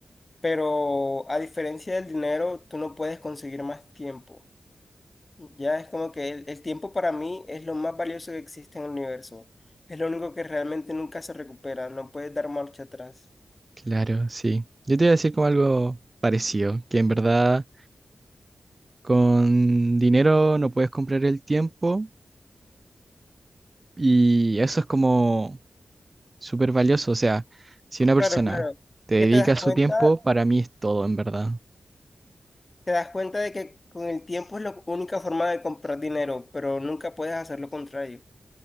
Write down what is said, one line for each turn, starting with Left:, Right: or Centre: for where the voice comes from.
Left: pero a diferencia del dinero, tú no puedes conseguir más tiempo. Ya es como que el, el tiempo para mí es lo más valioso que existe en el universo. Es lo único que realmente nunca se recupera, no puedes dar marcha atrás.
Right: Claro, sí. Yo te iba a decir como algo parecido, que en verdad con dinero no puedes comprar el tiempo y eso es como súper valioso. O sea, si una persona
Left: Claro, claro.
Right: te
Left: Es
Right: dedica
Left: que te das cuenta,
Right: su tiempo, para mí es todo, en verdad.
Left: te das cuenta de que con el tiempo es la única forma de comprar dinero, pero nunca puedes hacer lo contrario.